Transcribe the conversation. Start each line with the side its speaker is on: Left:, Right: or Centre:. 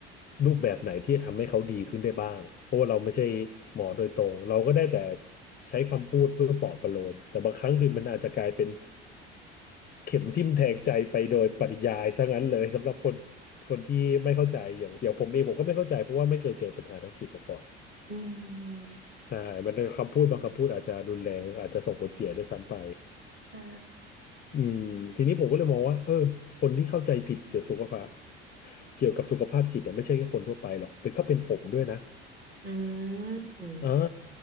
Left: รูปแบบไหนที่จะทำให้เขาดีขึ้นได้บ้างเพราะว่าเราไม่ใช่หมอโดยตรงเราก็ได้แต่ใช้คำพูดเพื่อปลอบประโลมแต่บางครั้งคือมันอาจจะกลายเป็นเข็มทิ่มแทงใจไปโดยปริยายซะงั้นเลยสำหรับคนคนที่ไม่เข้าใจอย่างอย่างผมเองผมก็ไม่เข้าใจเพราะว่าไม่เคยเจอปัญหาทางจิตมาก่อน
Right: อืม
Left: ใช่มันเป็นคำพูดบางคำพูดอาจจะรุนแรงอาจจะส่งผลเสียด้วยซ้ำไป
Right: ใช่
Left: อืมทีนี้ผมก็เลยมองว่าเออคนที่เข้าใจผิดเกี่ยวกับสุขภาพเกี่ยวกับสุขภาพจิตอะไม่ใช่แค่คนทั่วไปหรอกเป็นก็เป็นผมด้วยนะ
Right: อืม
Left: อ่า